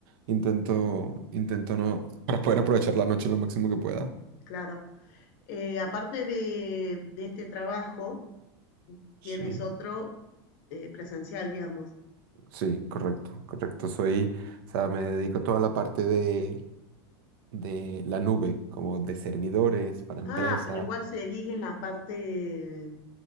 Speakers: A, on the right (about 55°); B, on the left (about 45°).
A: intento, intento no, para poder aprovechar la noche lo máximo que pueda.
B: claro. Eh, aparte de, de este trabajo,
A: Sí.
B: tienes otro eh, presencial, digamos.
A: Sí, correcto, correcto. Soy, o sea, me dedico a toda la parte de, de la nube, como de servidores para empresa,
B: Ah, pero igual se elige en la parte...